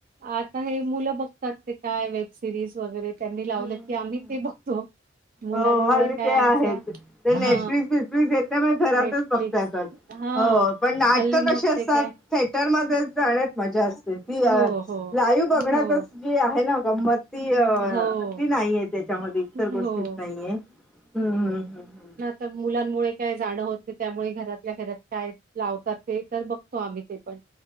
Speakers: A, on the right; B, in the centre.
A: आता हे मुलं बघतात ते काय वेब सिरीज वगैरे त्यांनी
B: हम्म
A: लावलं की आम्ही ते बघतो. मुलांमुळे
B: हो हल्ली
A: काय
B: ते
A: आमचं
B: आहेत ते नेटफ्लिक्स
A: हा
B: बीटफ्लिक्स येत त्यामुळे घरातच
A: नेटफ्लिक्स
B: बघता येतात,
A: हा.
B: हो पण नाटकं
A: हल्ली मग
B: कशी असतात?
A: ते काय
B: थेटर मध्ये जाण्यात मजा असते ती
A: हो,
B: लाईव्ह
A: हो,
B: बघण्यातच
A: हो,
B: जी आहे ना गंमत ती अ
A: हो.
B: ती नाहीये त्याच्यामध्ये इतर
A: हो.
B: गोष्टीत नाहीये हम्म हम्म हम्म हम्म
A: तर मुलांमुळे काय जाणं होतं नाही त्यामुळे घरातल्या घरात काय लावतात ते तर बघतो आम्ही ते पण